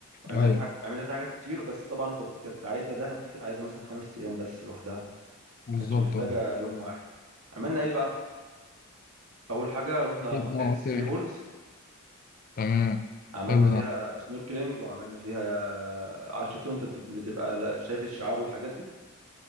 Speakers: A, on the right (about 90°); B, on the left (about 40°).
A: عملنا
B: ايوه
A: في حاجة عملنا في حاجات كتير بس طبعا كنت كانت عايزه دهب دي كانت عايزه مثلا خمس ايام بس لوحدها
B: بالظبط
A: ما كانتش محتاجه
B: اه
A: يوم واحد عملنا ايه بقى اول حاجه رحنا
B: اه
A: منطقه الثري
B: اوكي
A: بولز
B: تمام
A: عملنا
B: حلو
A: فيها
B: ده
A: سنوركلينج وعملنا فيها عارف شفتوا انت بت- بتبقى لا- شايف الشعاب والحاجات دي